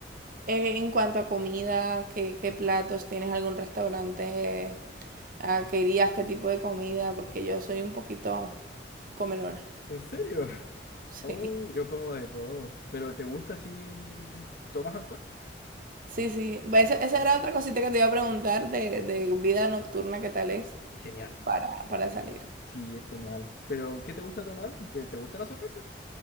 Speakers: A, on the right (about 50°); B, on the left (about 55°).
A: eh, en cuanto a comida, ¿qué, qué platos? ¿Tienes algún restaurante a que irías? ¿Qué tipo de comida? Porque yo soy un poquito comelona. <laughs>
B: ¿En serio? <laughs>
A: Sí.
B: Oh, yo como de todo. ¿Pero te gusta si tomas alcohol?
A: Sí, sí. Va, Esa, esa era otra cosita que te iba a preguntar de, de vida nocturna, ¿qué tal es
B: Genial.
A: para, para salir?
B: Sí, es genial. ¿Pero qué te gusta tomar? ¿Te, te gusta la cerveza?